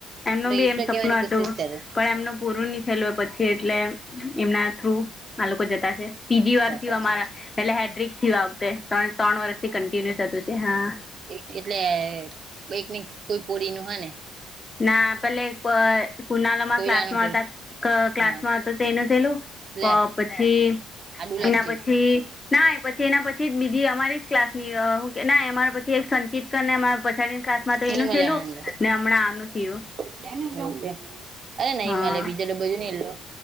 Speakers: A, on the left; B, on the right.
A: એમનું
B: તો એ
A: બી એમ
B: તો
A: સપનું
B: કેવાની કોશિશ
A: હતું
B: કરું
A: પણ એમનું પૂરું ની થયેલું પછી એટલે એમના થ્રુ આ લોકો જતા છે ત્રીજી વાર
B: જાતા
A: થી અમારા
B: છે
A: એટલે હેડ્રિક થીયુ આ વખતે ત્રણે ત્રણ વર્ષથી કન્ટિન્યુ થતું છે હા
B: એક એટલે કોઈક ને કોઈ પોડી નું હે ને
A: ના પેલે કુનાલા અમાં
B: કોયરાનું
A: ક્લાસમાં હતા ક્લાસમાં
B: હા
A: હતો તેનું થેલું
B: લે
A: પ પછી
B: આડું લાગજે
A: એના પછી ના એ પછી એના પછી જ બીજી અમારી જ ક્લાસની અ ના અમારા પછી એક સંચિત કરી ને અમારા પછાડીની ક્લાસ. માં તો
B: ની
A: એનું
B: મલે
A: થેલું
B: આનંદ
A: ને હમણાં આનું. થયું
B: <unintelligible> અરે નઇ
A: હા
B: મળે બીજો ડબ્બો જોને એલો.